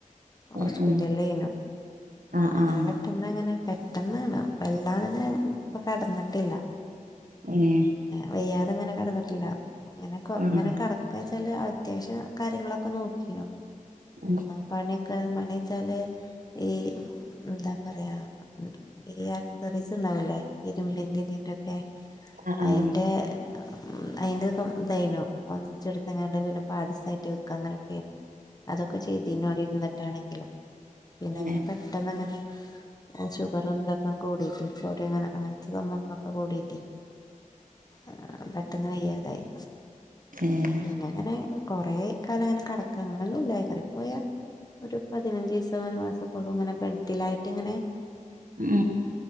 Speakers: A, on the right (about 80°); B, on the left (about 30°).
A: ഏ
B: ഹോസ്പിറ്റല്ലേ
A: ഏ
B: നു
A: ആഹ്
B: പിന്നെ അങ്ങനെ
A: ആഹ്
B: പെട്ടെന്ന് അങ്ങനെ പെട്ടെന്നാണ് വെല്ലാതങ്ങനെ ഇപ്പ കടന്നിട്ടില്ല.
A: ഏ
B: വയ്യാതെ ഇങ്ങനെ കെട്ന്നിട്ടില്ല. ഇങ്ങനെ
A: ആഹ്
B: ഇങ്ങനെ കടക്ക ച്ചാല് അത്യാവശ്യം കാര്യങ്ങളൊക്കെ നോക്കീനു
A: ഉം
B: പ പണിച്ചാല് ഈ ന്താ പറയാ ഈ ആക്സസറീസ് ല്ലേ ഇരുമ്പിന്റിം ഇതിന്റൊക്കെ
A: ആഹ് ആഹ്
B: അയി ന്റെ ഉം അയിന്റെ ഇതായിനു ഒന്നിച്ചെടുത്ത്ങ്ങാണ്ട് പിന്നെ പാട് സായിട്ട് വിക്ക അങ്ങനൊക്കെയ അതൊക്കെ ചെയ്തീനു അവ്ടെ ഇരുന്നിട്ടാണെങ്കിലും പിന്നെ അങ്ങനെ
A: ഏ
B: പെട്ടെന്ന് അങ്ങനെ ഷുഗർ എന്താ കൂടിട്ട് സോഡിയം അങ്ങനെ അങ്ങനത്തെ സംഭങ്ങളൊക്കെ കൂടിട്ടേ ആ പെട്ടെന്ന് വയ്യാതായി
A: ഏ
B: പിന്നെങ്ങനെ കൊറെ കാലം അങ്ങനെ, കേടക്ക അങ്ങനെന്നും ഇല്ല ഏറി പോയാ ഒരു പതിനഞ്ചിസം ഒരു മാസം ഒക്കെ ഒള്ളൂ ഇങ്ങനെ ബെഡിലായിട്ട് ഇങ്ങനെ
A: ഉം